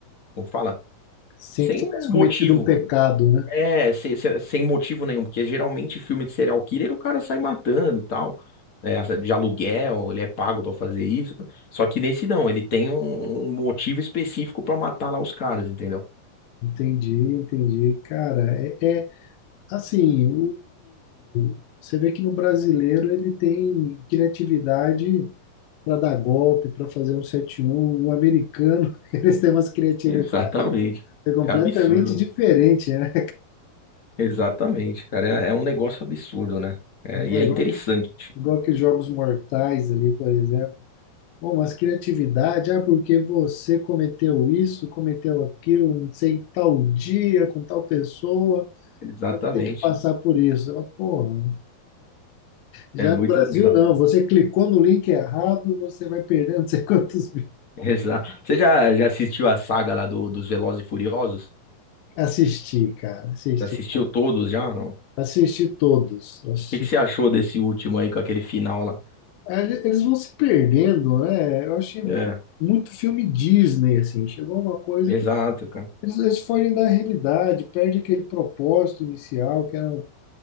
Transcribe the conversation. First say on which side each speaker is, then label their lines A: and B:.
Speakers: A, on the left (about 35°); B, on the left (about 85°).
A: como fala?
B: sem
A: Sem
B: que tivesse
A: um motivo.
B: cometido um pecado, né?
A: É, sem, sem- sem motivo nenhum, porque geralmente filme de serial killer o cara sai matando, e tal, é, de aluguel, ele é pago pra fazer isso. Só que nesse não, ele tem um, um motivo específico pra matar lá os caras, entendeu?
B: Entendi, entendi. Cara, é, é- Assim, o, o- você vê que no brasileiro ele tem criatividade para dar golpe, para fazer um sete um O americano, <laughs> eles têm umas criatividades
A: <laughs> Exatamente.
B: completamente
A: É absurdo.
B: diferentes, né?
A: Exatamente, cara, é, é um negócio absurdo, né? É,
B: É,
A: e é interessante.
B: igual, igual que os Jogos Mortais ali, por exemplo. Bom, mas criatividade, ah, porque você cometeu isso, cometeu aquilo, não sei, tal dia, com tal pessoa,
A: Exatamente.
B: tem que passar por isso. Ela, Pô, Já
A: É muito
B: no Brasil,
A: legal.
B: não.
A: <laughs>
B: Você clicou no link errado, você vai perder não sei quantos mil.
A: Exato. Você já, já assistiu a saga lá do, dos Velozes e Furiosos?
B: Assisti, cara. Assisti.
A: Já assistiu todos já? não?
B: Assisti todos. Assisti.
A: que que você achou desse último aí com aquele final lá?
B: Ah, Eles vão se perdendo, né? Eu achei mu-
A: É,
B: muito filme Disney, assim. Chegou uma coisa
A: exato,
B: que
A: cara.
B: eles, eles fogem da realidade, perde aquele propósito inicial que era... um,